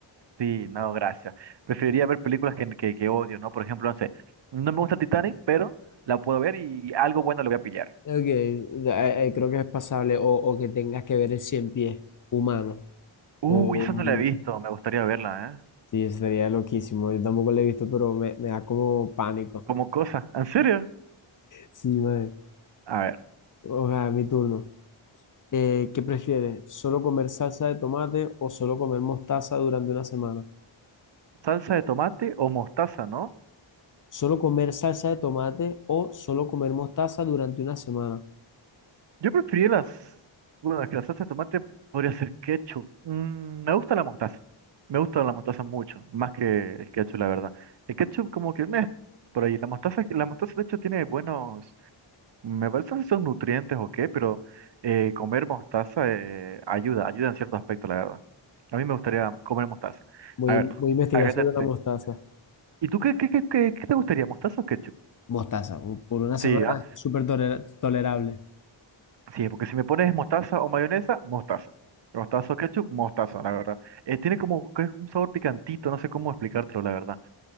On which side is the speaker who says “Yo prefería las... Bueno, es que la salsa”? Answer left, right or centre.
Right